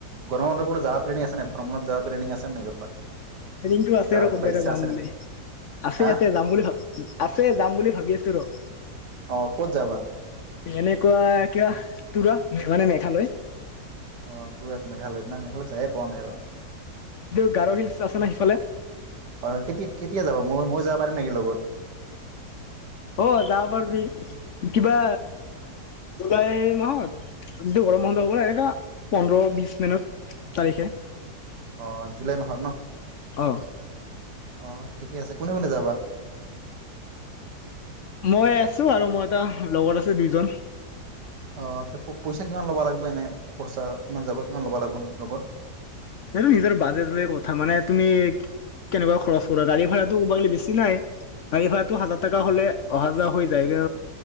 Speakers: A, on the right; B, on the left.
A: গৰম বন্ধতো যাব প্লেনিং আছে নাই ভ্ৰমণত যোৱা প্লেনিং আছে নে।
B: প্লেনিং আছে
A: যাৱাৰ
B: ৰ
A: ক'তবা
B: কোনোবা এটা
A: ইচ্ছা
B: যাম
A: আছে
B: বুলি
A: নাই
B: আছে
A: হা
B: আছে যাম বুলি ভাবি আছে যাম বুলি ভাবি আছো ৰ।
A: অ ক'ত যাবা?
B: এনেকুৱা কিবা তুৰা মানে মেঘালয়।
A: অ' টোৰাত মেগালৈত না মেগলৈত যায়ে পোৱা নাই আৰু।
B: দূৰ গাৰ হিলচ আছে ন সেইফালে।
A: হয় হয় কেতিয়া কেতিয়া যাব মই মই যাব পাৰিম নেকি লগত?
B: অ' যাব পাৰিবি কিবা জুলাই মাহত যটো গৰম বন্ধ হ'ব ন এনেককা পোন্ধৰ বিশ মিনত তাৰিখে।
A: অ' জুুলাই মাহৰ ন।
B: অ'
A: অ' ঠিকে আছে কোনে কোনে যাবা?
B: মই আছো আৰু মই এটা লগত আছে দুইজন
A: অহ পইচা কিমান ল'বআ লাগিব, এনে খৰচা কিমান যাব কিমান ল'ব লাগিব লগত
B: সেইটো নিজৰ বাজেট লৈ কথা মানে তুমি কেনেকুৱা খৰচ কৰা গাড়ী ভাড়াটো কবা গেলি বেছি নাই, গাড়ী ভাড়াতটো হাজাৰ টকা হ'লে অহা-যোৱা হৈ যায় কি